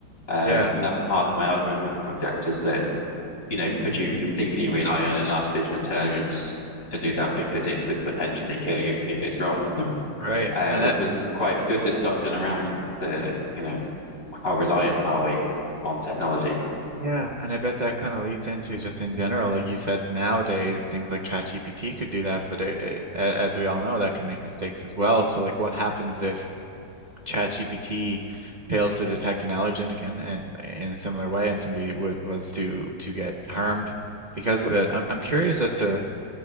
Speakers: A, on the left (about 45°); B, on the right (about 40°).
A: Um,
B: yeah
A: and that was part of my argument with the project is that you know, could you completely rely on an artificial intelligence to do that because it could potentially kill you if it's wrong, <laughs>
B: right
A: uh,
B: and
A: which
B: that
A: was quite a good discussion around that. The, you know, how reliant are we on technology?
B: yeah and I bet that kind of leads into just in general like you said nowadays things like ChatGPT could do that but it, it, a- as we all know that can make mistakes as well so like what happens if ChatGPT fails to detect an allergen again and in a similar way, and somebody w was to to get harmed because of it. I'm I'm curious as to